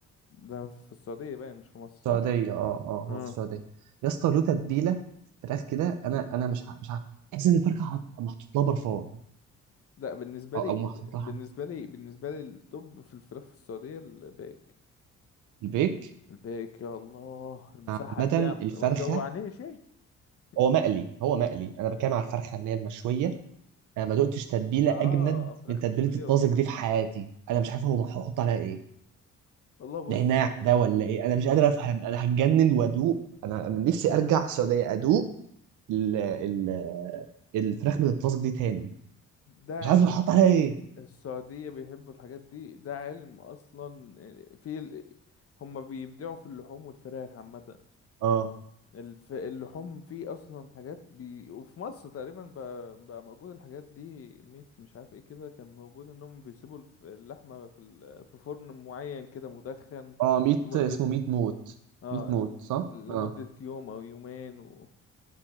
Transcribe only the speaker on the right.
السعوديه
اه اه
هو في السعوديه يا اسطى له تتبيله فراخ كده انا انا مش ع- مش عارف تحس ان الفرخه حط- محطوط لها برفان
او
او محطوط
لها حاجة.
البيك
عامه
الفرخه
هو مقلي هو مقلي انا بتكلم على الفرخه اللي هي المشويه انا ما دقتش تتبيله
اجمد
من تتبيله
الطازج
دي في حياتي انا مش عارف هو هحط عليها ايه
نعناع
ده ولا ايه انا مش قادر افهم انا هتجنن وادوق انا أنا نفسي ارجع السعوديه ادوق ال ال الفراخ من الطازج دي تاني
مش عارف هحط عليها ايه
اه
اه ميت
اسمه ميت موت
ميت موت
صح
اه